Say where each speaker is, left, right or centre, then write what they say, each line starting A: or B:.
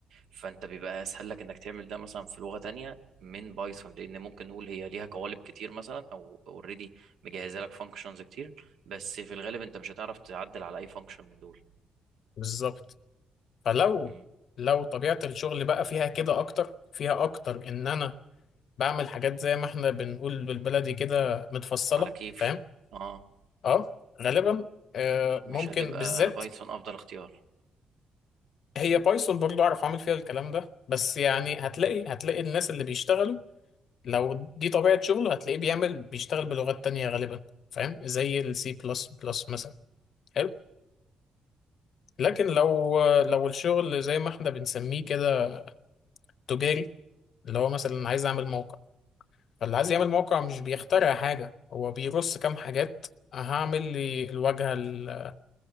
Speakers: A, on the right; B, on the left.
A: فانت بيبقى اسهل لك انك تعمل ده مثلا في لغه تانية من بايثون لان ممكن نقول هي ليها قوالب كتير مثلا او اوريدي مجهزه لك فانكشنز كتير بس في الغالب انت مش هتعرف تعدل على اي فانكشن من دول
B: بالظبط فلو
A: مم.
B: لو طبيعه الشغل بقى فيها كده اكتر فيها اكتر ان انا بعمل حاجات زي ما احنا بنقول بالبلدي كده متفصله
A: على كيفي
B: فاهم
A: اه
B: اه غالبا آه،
A: مش
B: ممكن
A: هتبقى
B: بالذات
A: بايثون افضل اختيار
B: هي بايثون برضو اعرف اعمل فيها الكلام ده بس يعني هتلاقي هتلاقي الناس اللي بيشتغلوا لو دي طبيعة شغله هتلاقيه بيعمل بيشتغل بلغات تانية غالبا فاهم زي السي بلس بلس مثلا حلو لكن لو لو الشغل زي ما احنا بنسميه كده تجاري اللي هو مثلا عايز اعمل موقع فاللي عايز يعمل موقع مش بيخترع حاجة هو بيرص كام حاجات هعمل لي الواجهة ال-